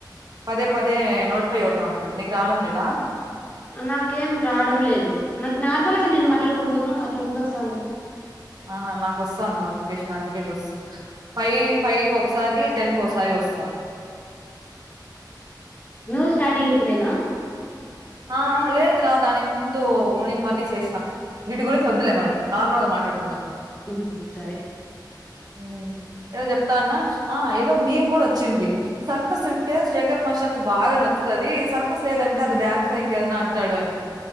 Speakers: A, on the right; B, on the left.
A: పదే పదే నోటిఫై అవుతా ఉంటుంది నీకు రావడం లేదా
B: నాకేం రావడం లేదు నాకు నార్మల్గా నేను మాట్లాడుకుండా పో మాట్లాకుంటూ వస్తాంది
A: ఆహ నాకు వస్తుంది నోటిఫికేషన్ అందుకే చస్తా ఫైవ్ ఫైవ్ ఒకసారి టెన్ ఒకసారి వస్తాంది
B: నువ్వు స్టార్టింగ్ ఇప్పుడేనా
A: ఆ లేదు రా దానికి ముందు ఉన్ని వన్నీ చేసిన వీటి గురించి వద్దులే. మనం నార్మల్ గా మాట్లాడుకుందాం.
B: హ్మ్. సరే.
A: ఉ ఏదో చెప్తాన్న ఆ ఏదో మేము ఇప్పుడు వచ్చింది సర్కస్ అంటే శేఖర్ మాస్టర్ కి బాగా నచ్చుతాది సర్కస్ లేదంటే డ్యాన్ ఇంకేదైనా అంటాడు అని